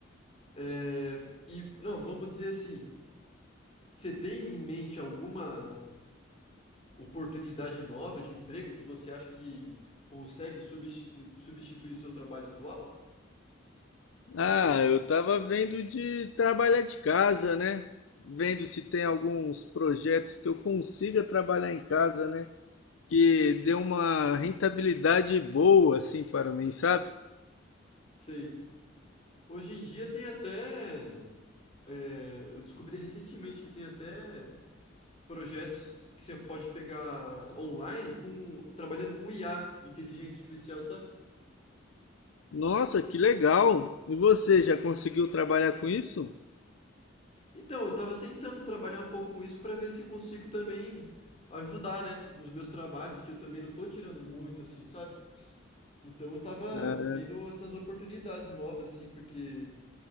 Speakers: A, on the left (about 35°); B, on the left (about 80°).
A: é, e não, vamos dizer assim, você tem em mente alguma oportunidade nova de emprego que você acha que consegue substitu- substituir seu trabalho atual?
B: Ah, eu tava vendo de trabalhar de casa, né? Vendo se tem alguns projetos que eu consiga trabalhar em casa, né? Que dê uma rentabilidade boa, assim, para mim, sabe?
A: Sei. Hoje em dia tem até, é, eu descobri recentemente que tem até projetos que você pode pegar online com trabalhando com IA, inteligência artificial, sabe?
B: Nossa, que legal! E você já conseguiu trabalhar com isso?
A: Então, eu tava tentando trabalhar um pouco com isso para ver se consigo também ajudar, né, nos meus trabalhos, que eu também não tô tirando muito assim, sabe? Então, eu tava
B: É.
A: vendo essas oportunidades novas assim, porque